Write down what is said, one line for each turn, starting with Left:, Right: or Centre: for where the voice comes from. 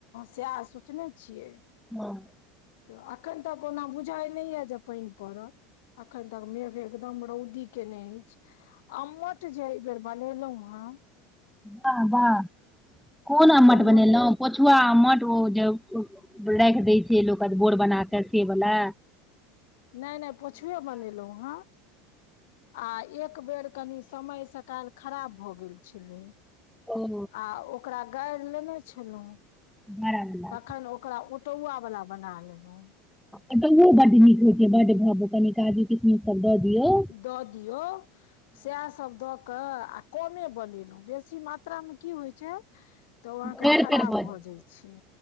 Left: सैह सोचने छियै
Centre: हँ
Left: तऽ एखन तक ओना बुझाइ नहि यए जे पानि पड़त एखन तक मेघ एकदम रौदी केने अछि अमठ जे एहि बेर बनेलहु हँ
Centre: वाह वाह कोन आम्मट
Left: अम्मट
Centre: बनेलहुँ पोछुआ मठ ओ जे राखि दै छै लोक बोर बना कऽ से वला
Left: नहि नहि पोछुए बनेलहुँ हँ आ एक बेर कनी समय सकाल खराब भऽ गेल छलै
Centre: ओ
Left: आ ओकरा गारि लेने छलहुँ
Centre: बड़ा बला
Left: तखैन ओ ओकरा ओटौआ वालला बना लेलहुँ
Centre: ओटोओ बड नीक होइ छै बड्ड भाबुक कनी काजू किसम सब दऽ दियो
Left: दऽ दियौ सएह सब दऽ कऽ आ कमे बनेलहुँ बेसी मात्रामे की होइ छै तऽ ओ अहाँके
Centre: कर
Left: खराब
Centre: कर
Left: भऽ
Centre: जायत
Left: जाइ छै